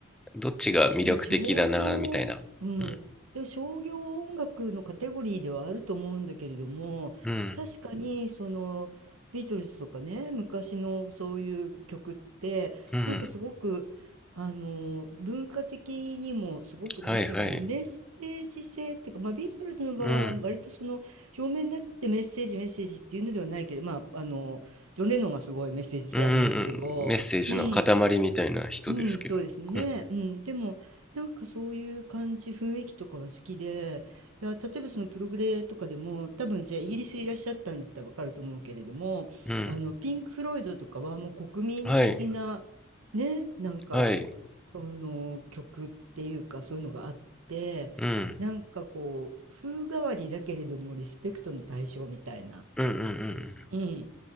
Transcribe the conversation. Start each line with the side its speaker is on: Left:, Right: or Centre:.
Centre: どっちが魅力的だなみたいなうん
Right: でも商業、うん。で、商業音楽のカテゴリーではあると思うんだけれども、
Centre: うん
Right: 確かにそのビートルズとかね、昔のそういう曲って、
Centre: うん
Right: なんかすごく、あの、文化的にもすごく、
Centre: はいはい
Right: なんていうかな、メッセージ性っていうか、まあビートルズの場合は割とその表面になってメッセージメッセージっていうのではないけど、
Centre: うん
Right: まあ、あの、ジョン・レノンはすごいメッセージ性ありますけど、
Centre: うんうんうんメッセージの塊みたいな人ですけどうん
Right: うん。うん、そうですね。うん。でも、なんかそういう感じ、雰囲気とかは好きで、いや、例えばそのプログレとかでも、多分じゃあイギリスいらっしゃったんだったらわかると思うけれども、
Centre: うん
Right: あの、ピンク・フロイドとかはもう国民的な、
Centre: はい
Right: ね、なんか、
Centre: はい
Right: その曲っていうか、そういうのがあって、
Centre: うん
Right: なんかこう、風変わりだけれどもリスペクトの対象みたいな。
Centre: うんうんうんうん
Right: うん。